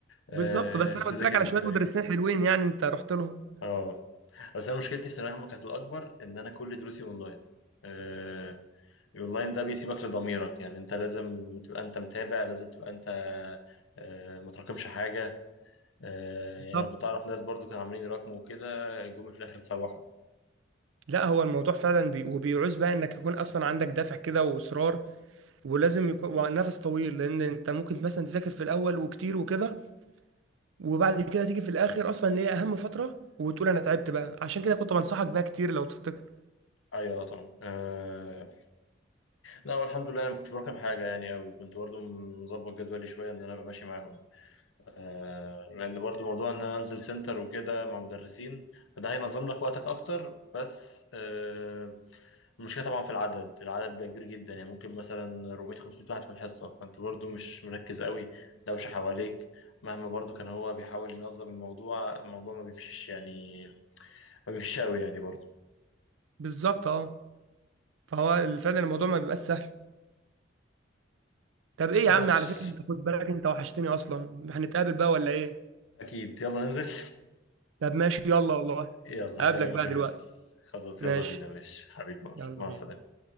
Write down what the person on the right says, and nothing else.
بالظبط بس انا
قلت لك على
شويه مدرسين حلوين يعني انت رحت لهم
بالظبط
لا هو الموضوع فعلا بي... وبيعوز بقى انك يكون اصلا عندك دافع كده واصرار ولازم يكون ونفس طويل لان انت ممكن مثلا تذاكر في الاول وكتير وكده وبعد كده تيجي في الاخر اصلا اللي هي اهم فتره وتقول انا تعبت بقى عشان كده كنت بنصحك بقى كتير لو تفتكر
بالظبط اه فهو فعلا الموضوع ما بيبقاش سهل طب ايه
يا عم على فكره انت خد بالك انت وحشتني اصلا هنتقابل بقى ولا ايه
طب ماشي يلا والله
اقابلك
بقى
دلوقتي
ماشي
يلا
بينا